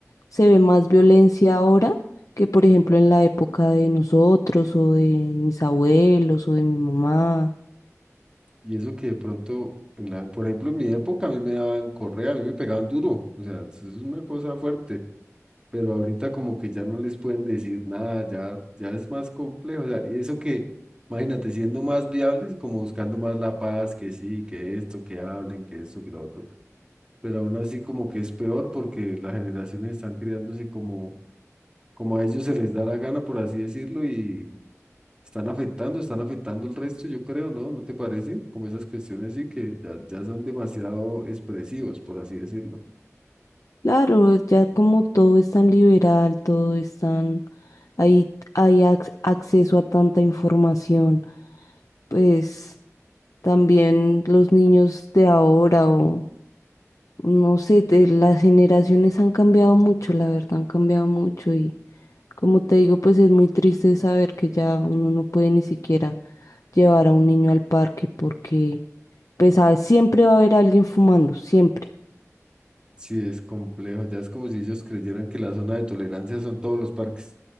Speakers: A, on the left; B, on the right.
A: se ve más violencia ahora que, por ejemplo, en la época de nosotros o de mis abuelos o de mi mamá.
B: Y eso que de pronto, en la, por ejemplo, en mi época a mí me daban correa, a mí me pegaban duro, o sea, es una cosa fuerte. pero ahorita como que ya no les pueden decir nada, ya, ya es más complejo, o sea, y eso que, imagínate, siendo más viables, como buscando más la paz, que sí, que esto, que hablen, que esto, que lo otro, pero aún así como que es peor porque las generaciones están criándose como, como a ellos se les da la gana, por así decirlo, y están afectando, están afectando el resto, yo creo, ¿no? ¿No te parece? Como esas cuestiones sí que ya, ya son demasiado expresivos, por así decirlo.
A: Claro, ya como todo es tan liberal, todo es tan... Ahí hay ac- acceso a tanta información, pues también los niños de ahora o no sé, de- las generaciones han cambiado mucho, la verdad, han cambiado mucho y Como te digo, pues es muy triste saber que ya uno no puede ni siquiera llevar a un niño al parque porque, pues, ¿sabes? Siempre va a haber alguien fumando, siempre.
B: Sí, es complejo. Ya es como si ellos creyeran que la zona de tolerancia son todos los parques.